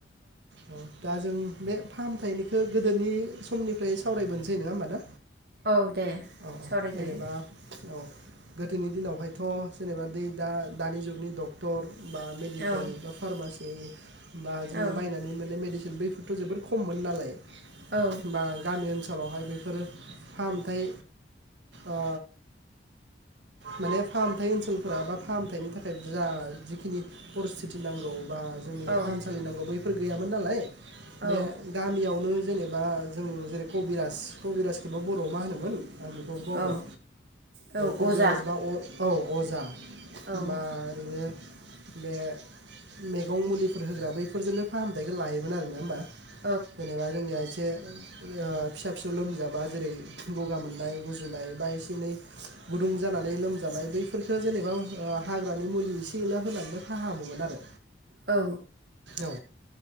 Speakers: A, on the right (about 75°); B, on the right (about 55°).
A: औ। दा जों बे फाहामथायनिखौ गोदोनि समनिफ्राय सावरायबोनोसै नङा होमबा ना
B: औ दे
A: नों औ
B: सावरायजायो
A: जेनेबा औ गोदोनि दिनावहायथ' जेनेबा दै दानि जुगनि डक्टर बा मेडिकेल
B: औ
A: बा फार्मासि बे बा जोंनि
B: औ
A: बायनानै मोनाने मेडिसिन बैफोरथ' जोबोद खममोन नालाय
B: औ
A: बा गामि ओनसोल आथिखालावहाय बेफोरो फा ओमफाय ओ माने फाहामथाय ओनसोलफोरा बा फाहामथायनि थाखाय जा जिखिनि परिस्थिति नांगौ। बा जोंनि
B: औ
A: फाहामसालि नांगौ बैफोर गैयामोन नालाय
B: औ
A: बे गामियावनो जेनेबा जों जेरै कबिराज कबिरासखौबा बर'आव मा होनोमोन? आं बेखौ बावबाय
B: औ औ
A: कबिराजबा
B: अजा
A: अ औ अजा
B: औ
A: बा ओरैनो बे मैगं मुलिफोर होग्रा बेफोरजोंनो फाहामथायखौ लायोमोन आरो ना ओमबा?
B: औ उम
A: जेनेबा जोंनिया इसे ओ फिसा फिसौ लोमजाबा जेरै गगा मोननाय गुजुनाय बायसि दिनै गुदुं जानानै लोमजानाय बैफोरफोरखो जेनेबा ओ हाग्रानि मुलि एसे एनै होनानैनो फाहामोमोन आरो
B: औ
A: औ